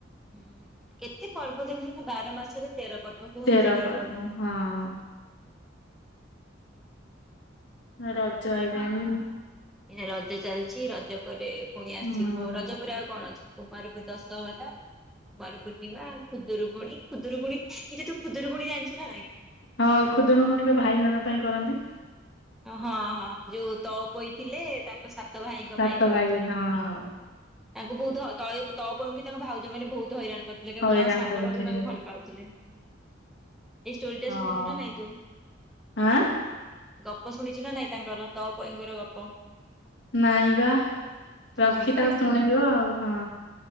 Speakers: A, in the centre; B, on the left.
A: ହୁଁ କେତେ ପର୍ବ ଦେଖୁଛନ୍ତି ବାର ମାସରେ ତେର ପର୍ବ କୁହନ୍ତିନି।
B: ତେର ପର୍ବ ହଁ। ରଜ ଆଇଲାଣି।
A: ଏ ରଜ ଚାଲିଛି ରଜ ପରେ। ପୁଣି ଆସିବ
B: ହଁ।
A: ରଜପରେ ଆଉ କଣ ଅଛି? କୁମାରକୁ ଦଶହରା କୁମାର ପୂର୍ଣ୍ଣିମା ଖୁଦରୁ କୁଣି ଖୁଦରୁୁକୁଣି ଏଇଜେ ତୁ ଖୁଦୁରୁ ପୁଣି ଜଣିଛୁ ନା ନାଇଁ।
B: ହଁ ଖୁଦୁରୁ କୁଣି ଭାଇ ମାନଙ୍କ ପାଇଁ କରନ୍ତି।
A: ହଁ ହଁ ହଁ ଯୋଉ ତଅପୋଇ ଥିଲେ ତାଙ୍କ ସାଥି ତ ଭାଇଙ୍କ
B: ସାତ
A: ପାଇଁ କରୁଥିଲେ
B: ଭାଇ ହଁ
A: ତାଙ୍କୁ ବହୁତ ତଳେ ତପୋଇକି ତାଙ୍କ ଭାଉଜ ମାନେ ବହୁତ ହଇରାଣ କେବଳ
B: ହଇରାଣ
A: ତାଙ୍କ ସାନ
B: କରୁଥିଲେ
A: ଭାଉଜ ତାଙ୍କୁ ଭଲ ପାଉଥିଲେ ଏ ଷ୍ଟୋରି
B: ହଁ।
A: ଟା ଶୁଣିଛୁ ନା ନାଇଁ ତୁ?
B: ଆଁ
A: ଗପ ଶୁଣିଛୁ ନା ନାଇଁ ତାଙ୍କର ତଅପୋଇଙ୍କର ଗପ?
B: ନାଇଁ ବା
A: ଶୁଣିନୁ
B: ରଖି ତାକୁ
A: ନା?
B: ଶୁଣେଇବ ଆଉ ହଁ।